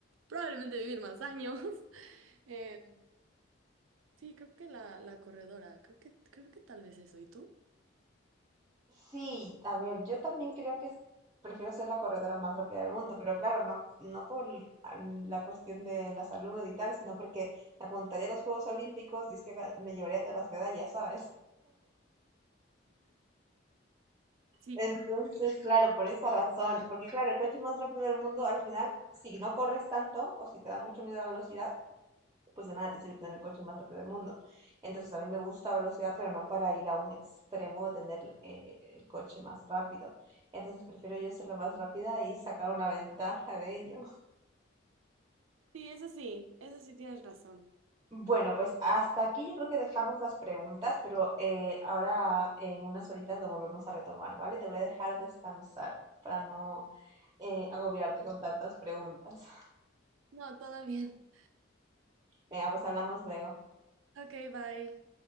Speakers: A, on the right (about 90°); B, on the right (about 20°).
A: probablemente vivir más años. <laughs> Eh, sí, creo que la, la corredora, creo que, creo que tal vez eso. ¿Y tú?
B: Sí, a ver, yo también creo que es- prefiero ser la corredora más rápida del mundo, pero claro, no, no por l- al- la cuestión de la salud y tal, sino porque me apuntaría a los Juegos Olímpicos y es que ga- me llevaría todas las medallas, ¿sabes?
A: Sí.
B: Entonces, claro, por esa razón, porque claro, el coche más rápido del mundo, al final, si no corres tanto o si te da mucho miedo la velocidad, pues de nada te sirve tener el coche más rápido del mundo. Entonces, a mí me gusta velocidad, pero no para ir a un extremo de tener eh, el coche más rápido. Entonces, prefiero yo ser la más rápida y sacar una ventaja de ello.
A: Sí, eso sí, eso sí tienes razón.
B: Bueno, pues hasta aquí yo creo que dejamos las preguntas, pero eh, ahora en unas horitas lo volvemos a retomar, ¿vale? Te voy a dejar descansar para no eh, agobiarte con tantas preguntas. <laughs>
A: No, todo bien.
B: Venga, pues hablamos luego.
A: Ok, bye.